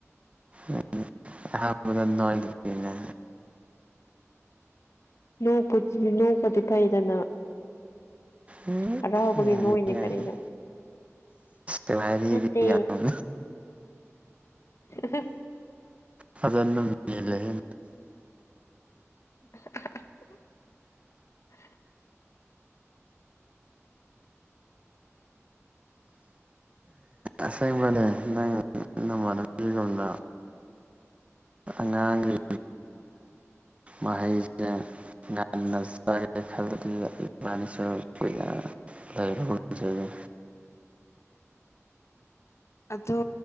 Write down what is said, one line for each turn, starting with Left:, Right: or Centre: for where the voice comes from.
Right: ꯎꯝ ꯑꯥꯍꯥꯟꯕꯗꯥ ꯅꯣꯏꯒꯤꯅꯦ
Left: ꯅꯣꯛꯄꯨꯗꯤ ꯅꯣꯛꯄꯗꯤ ꯐꯩꯗꯅ
Right: ꯎꯝ
Left: ꯍꯔꯥꯎꯕꯒꯤ ꯅꯣꯏꯅꯦ
Right: ꯌꯥꯗꯦ
Left: ꯀꯔꯤꯅꯣ
Right: ꯌꯥꯗꯦ ꯋꯔꯤꯗꯤ
Left: ꯅꯠꯇꯦ
Right: ꯌꯥꯝ
Left: <unintelligible>
Right: ꯐꯖ ꯅꯨꯡꯃꯤ ꯂꯩꯌꯦ
Left: <unintelligible>
Right: ꯑꯁꯦꯡꯕꯅꯦ ꯅꯪ ꯅꯃꯥꯟꯅꯕꯤꯒꯨꯝꯅꯥ
Left: <inaudible>
Right: ꯑꯉꯥꯡꯒꯤ ꯃꯍꯩꯁꯦ ꯉꯥꯁꯥꯏ ꯈꯟꯂꯥꯗꯤ ꯏꯕꯅꯤꯁꯨ ꯀꯨꯏꯅꯥ ꯂꯩꯔꯒꯨꯃꯁꯦꯅꯦ
Left: ꯑꯗꯣ